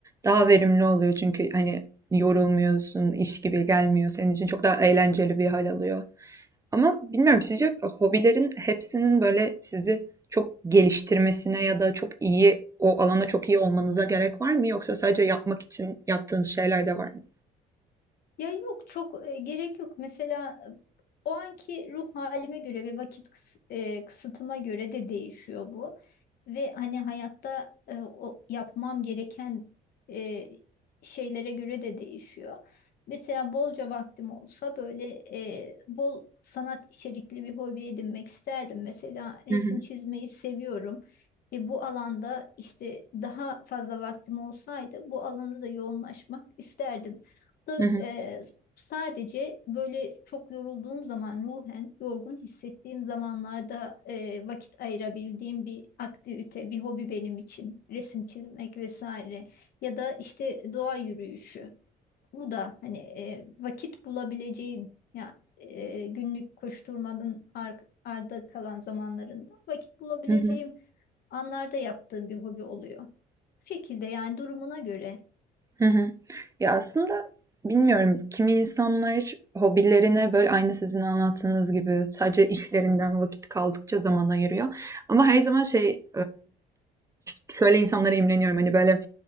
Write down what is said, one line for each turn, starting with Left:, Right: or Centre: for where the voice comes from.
Right: daha verimli oluyor. Çünkü hani yorulmuyorsun, iş gibi gelmiyor senin için. Çok daha eğlenceli bir hal alıyor. Ama bilmiyorum sizce hobilerin hepsinin böyle sizi çok geliştirmesine ya da çok iyi o alana çok iyi olmanıza gerek var mı? Yoksa sadece yapmak için yaptığınız şeyler de var mı?
Left: Ya yok çok e, gerek yok. Mesela e, o anki ruh halime göre ve vakit kıs- e, kısıtıma göre de değişiyor bu. Ve hani hayatta e, o yapmam gereken e, şeylere göre de değişiyor. Mesela bolca vaktim olsa böyle e, bol sanat içerikli bir hobi edinmek isterdim. Mesela resim
Right: Hı hı,
Left: çizmeyi seviyorum. E, bu alanda işte daha fazla vaktim olsaydı bu alanda da yoğunlaşmak isterdim da
Right: hı hı,
Left: e, sadece böyle çok yorulduğum zaman ruhen yorgun hissettiğim zamanlarda e, vakit ayırabildiğim bir aktivite, bir hobi benim için resim çizmek vesaire ya da işte doğa yürüyüşü. Bu da hani e, vakit bulabileceğim ya e, günlük koşturmanın ar arda kalan zamanlarında vakit bulabileceğim
Right: hı hı,
Left: anlarda yaptığım bir hobi oluyor. Bu şekilde yani durumuna göre.
Right: hı hı. Ya aslında bilmiyorum kimi insanlar hobilerine böyle aynı sizin anlattığınız gibi sadece işlerinden vakit kaldıkça zaman ayırıyor. Ama her zaman şey şöyle insanlara imreniyorum hani böyle